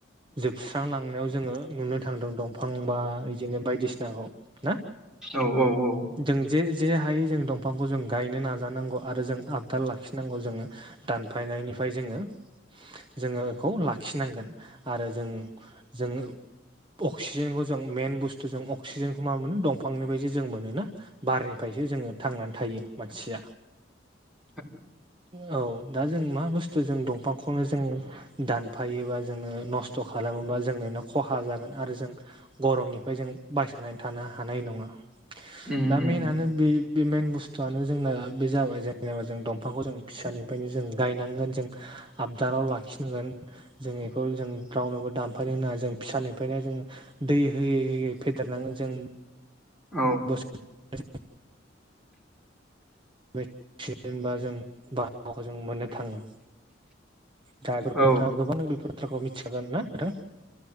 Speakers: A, on the right; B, in the centre.
A: जोबस्रांलांनायाव जोङो नुनो थांदों दंफां बा बिदिनो बायदिसिनाखौ ना
B: औ औ औ
A: जों जे जे हायै जों दंफांखौ जों गायनो नाजानांगौ आरो जों आबदाल लाखिनांगौ जोङो दानफायनायनिफ्राय जोङो जोङो बेखौ लाखिनांगोन आरो जों जों अक्सिजेनखौ जों मेन बुस्थु जों अक्सिजेनखौ मा मोनो दंफांनिफ्रायसो जों मोनो ना बारनिफ्रायसो जोङो थांनानै थायो मानसिया
B: <inaudible>
A: औ दा जों मा बुस्थु जों दंफांखौनो जों दानफायोबा जोङो नस्थ' खालामोबा जोंनोनो खहा जागोन आरो जों गरमनिफ्राय जों बायसनानै थानो हानाय नङा
B: उम
A: दा
B: उम
A: मेनानो बे बे मेन बुस्थुआनो जोंना बे जाबाय जेनेबा जों दंफांखौ जों फिसानि ओफायो जों गायनांगोन जों आबदालाव लाखिनांगोन जों बेखौ जों रावनोबो दानफायानो होनाङा जों फिसानिफ्रायनो जों दै होयै होयै फेदेरनांगोन जों
B: औ ओ उम
A: बस <unintelligible> अक्सिजेन बा जों बाराहावाखौ जों मोननो थाङो दा बेफोरखौ
B: औ
A: नोंथाङा गोबां बे बाथ्राखौ मिथिखागोन ना नोंथां